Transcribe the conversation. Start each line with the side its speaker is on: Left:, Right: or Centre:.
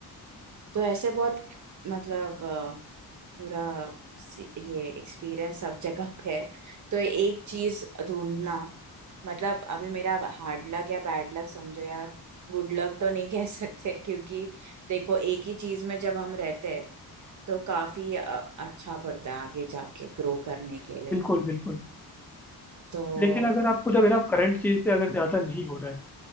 Right: तो ऐसे बहुत मतलब अ, पूरा सी- ये एक्सपीरियंस सब जगह पे है तो एक चीज ढूंढना मतलब अभी मेरा हार्ड लक या बैड लक समझो या गुड लक तो नहीं कह सकते क्योंकि देखो एक ही चीज में जब हम रहते हैं तो काफी अ, अच्छा पड़ता है आगे जाके ग्रो करने के लिए
Centre: बिल्कुल बिल्कुल
Right: तो
Centre: लेकिन अगर आपको जब है ना करंट चीज़ पे अगर ज़्यादा नहीं हो रहा है